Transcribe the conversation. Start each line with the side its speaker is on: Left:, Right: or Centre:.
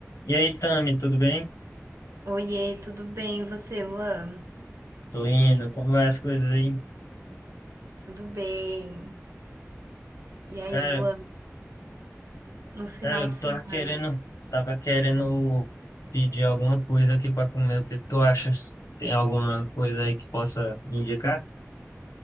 Left: E aí, Tami, tudo bem?
Right: Oiê, tudo bem? E você, Luan?
Left: Tô indo, como vai as coisas aí?
Right: Tudo bem? E aí,
Left: Cara,
Right: Luan, no final
Left: cara, eu
Right: de semana?
Left: tava querendo, tava querendo pedir alguma coisa aqui pra comer. O que que tu acha? Tem alguma coisa aí que possa me indicar?